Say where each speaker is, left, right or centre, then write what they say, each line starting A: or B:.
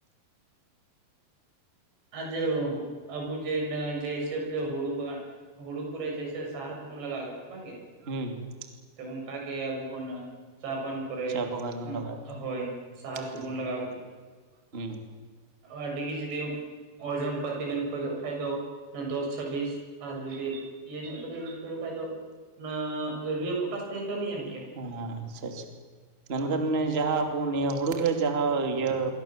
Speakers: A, on the right (about 85°); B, on the right (about 20°).
A: <unintelligible> ᱟᱹᱵᱩᱡ ᱡᱮ ᱡᱮ ᱦᱤᱥᱟᱹᱵ ᱫᱚ ᱦᱩᱲᱩ <unintelligible> ᱦᱩᱲᱩ ᱠᱚᱨᱮ ᱡᱮ ᱦᱤᱥᱟᱵ ᱥᱟᱨ ᱠᱚᱵᱚᱱ ᱞᱟᱜᱟᱣ ᱜᱮᱭᱟ᱾ ᱵᱟᱝᱜᱮ?
B: ᱦᱩᱸ᱾
A: ᱚᱱᱠᱟ ᱜᱮ ᱟᱵᱩ ᱦᱩᱱᱟᱹᱜ ᱪᱟ ᱵᱟᱱ ᱯᱚᱨᱮ
B: ᱪᱟ ᱵᱟᱜᱟᱱ
A: ᱦᱩᱸ
B: ᱨᱮ ᱞᱟᱜᱟᱜ
A: ᱦᱳᱭ ᱥᱟᱦᱟᱨ ᱠᱚᱵᱚᱱ
B: ᱦᱩᱸ
A: ᱞᱟᱜᱟᱣ ᱠᱮᱜ-ᱟ᱾
B: ᱦᱩᱸ᱾
A: ᱟᱹᱰᱤᱜᱮ ᱡᱩᱫᱤ ᱳᱡᱚᱱ ᱯᱟᱹᱛᱤ ᱵᱮᱱ ᱠᱷᱚᱡᱚᱜ ᱠᱷᱟᱱ ᱫᱚ᱾ ᱚᱱᱟ ᱫᱚᱥ ᱪᱷᱟᱵᱤᱥ ᱟᱨ ᱡᱩᱫᱤ ᱤᱭᱟᱹ ᱧᱚᱜ ᱠᱟᱛᱮ ᱵᱮᱱ ᱠᱷᱚᱡᱚᱜ ᱠᱷᱟᱡ ᱫᱚ ᱚᱱᱟ ᱤᱨᱤᱭᱟ ᱯᱚᱴᱟᱥ ᱛᱮᱜᱮ ᱠᱟᱹᱢᱤ ᱮᱢ ᱠᱮᱭᱟ᱾
B: ᱦ ᱟᱪᱪᱷᱟ ᱟᱪᱪᱷᱟ, ᱢᱮᱱᱠᱷᱟᱱ
A: ᱦᱳᱭ
B: ᱡᱟᱦᱟᱸ ᱟᱵᱚ ᱱᱤᱭᱟᱹ ᱦᱩᱲᱩ ᱨᱮ ᱡᱟᱦᱟᱸ ᱤᱭᱟᱹ